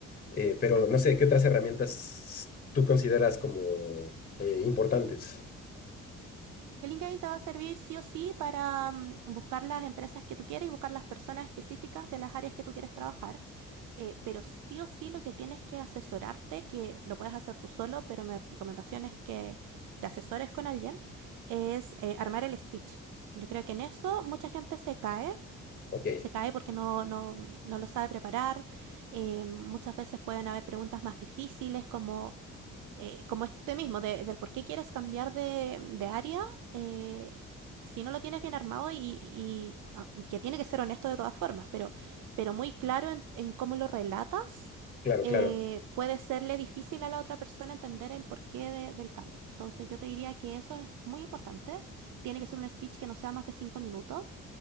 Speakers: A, on the left (about 30°); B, on the right (about 80°).
A: eh, pero
B: Así
A: no sé,
B: es.
A: ¿qué otras herramientas tú consideras como eh, importantes?
B: Que LinkedIn te va a servir sí o sí para mm, buscar las empresas que tú quieres y buscar las personas específicas de las áreas que tú quieres trabajar. Eh, pero sí o sí lo que tienes que asesorarte, que lo puedes hacer tú solo, pero mi recomendación es que te asesores con alguien, es eh, armar el speech. Yo creo que en eso mucha gente se cae,
A: Ok,
B: se cae porque no, no, no lo sabe preparar. eh, muchas veces pueden haber preguntas más difíciles como eh, como este mismo, de- del por qué quieres cambiar de, de área, eh, si no lo tienes bien armado y, y- a- y que tiene que ser honesto de todas formas, pero, pero muy claro en, en cómo lo relatas,
A: claro,
B: eh,
A: claro.
B: puede serle difícil a la otra persona entender el porqué de- del cambio. Entonces yo te diría que eso es muy importante. Tiene que ser un speech que no sea más de cinco minutos